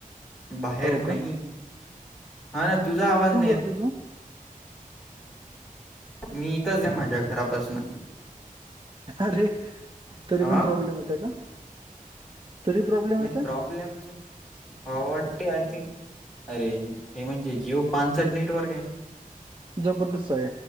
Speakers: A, in the centre; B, on the right (about 35°).
A: बाहेर
B: हो
A: नाही,
B: का
A: हा ना. तुझा आवाज नाही येतं
B: <unintelligible>
A: मी इथंच आहे माझ्या घरापासन.
B: अरे,
A: हा
B: तरी पण प्रॉब्लेम येतय का? तरी प्रॉब्लेम
A: न
B: येत आहे
A: प्रॉब्लेम <unintelligible> हो वाटते, आय थिंक. अरे, हे म्हणजे जिओ पानचट नेटवर्क आहे.
B: जबरदस्त आहे.